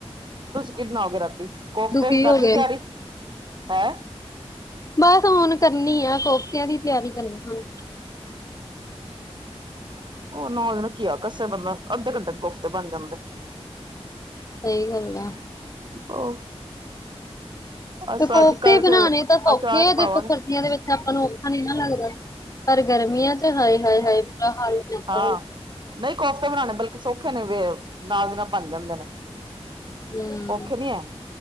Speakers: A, on the right; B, on the left.
A: ਤੁਸੀ ਕਿ ਬਣਾਓਗੇ ਰਾਤੀ ਕੋਫਤੇ
B: ਦੁਖੀ
A: ਕਰ
B: ਹੋ
A: ਲਈ
B: ਗਏ
A: ਤਿਆਰੀ ਹੈਂ।
B: ਬਸ ਹੁਣ ਕਰਨੀ ਆਂ ਕੋਫਤਿਆਂ ਦੀ ਤਿਆਰੀ ਕਰਨੀ ਆਂ।
A: ਓ ਨਾਲ ਘੀਆ ਕੱਸੇ ਬੰਦਾ ਅੱਧੇ ਘੰਟੇ 'ਚ ਕੋਫਤੇ ਬਣ ਜਾਂਦੇ।
B: ਸਈ ਗੱਲ ਐ।
A: ਉਹ ਅਸ
B: ਤੇ ਕੋਫਤੇ
A: ਅੱਜ ਕੱਲ
B: ਬਣਾਉਣੇ
A: ਚ
B: ਤਾਂ ਸੌਖੇ
A: ਅਚਾਰ
B: ਆ
A: ਪਾਵਾਂਗੇ
B: ਜੇ ਸਰਦੀਆਂ ਵਿਚ ਔਖਾ ਨਈ ਨਾ ਲੱਗਦਾ ਪਰ ਗਰਮੀਆਂ 'ਚ ਹਾਏ-ਹਾਏ-ਹਾਏ ਬੁਰਾ ਹਾਲ ਜਾਂਦਾ
A: ਹਾਂ
B: ਵਾ।
A: ਨਹੀ ਕੋਫਤੇ ਬਨਾਣੇ ਬਲਕਿ ਸੌਖੇ ਨੇ ਵੇ ਨਾਲ ਦੀ ਨਾਲ ਬਨ ਜਾਂਦੇ ਨੇ।
B: ਹੂੰ
A: ਔਖੇ ਨੀ ਹੈ।